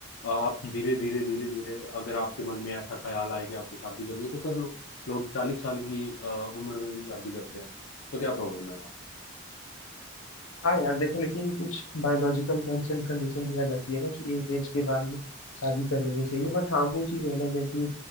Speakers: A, on the left; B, on the left.
A: आप धीरे धीरे धीरे धीरे अगर आपके मन में ऐसा ख्याल आए कि आपको शादी करनी है तो कर लो लोग चालीस साल की आ, उम्र में भी शादी करते हैं तो क्या प्रॉब्लम है वहां पे
B: हाँ यार देखो लेकिन कुछ बायोलॉजिकल टर्म्स एंड कंडीशन भी आ जाती है ना कि एक एज के बाद शादी कर लेनी चाहिए बट हाँ वो चीज़ अलग है कि